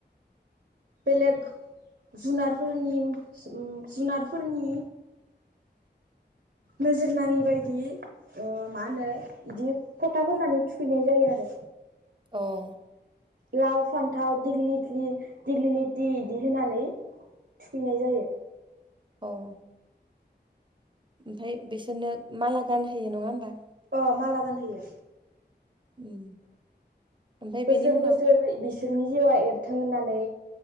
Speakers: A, on the right; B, on the right.
A: बेलेग जुनारफोरनि जुनारफोरनि
B: <inaudible>
A: नोजोर नाङि बायदि ओ मा होनो बिदि फोथा फोननानै थुखैनाय जायो। आरो
B: अह
A: लाव फान्थाव दिग्लि दिग्लि लिथि इदि होनानै। थुखैनाय जायो।
B: अह ओमफ्राय बिसोरनो माला गानहोयो नङा होमबा?
A: अह माला गानहोयो
B: उम ओमफ्राय
A: बोसोर
B: बेनि उनाव
A: बोसोर बि जोंनि जिउआ एरथों होननानै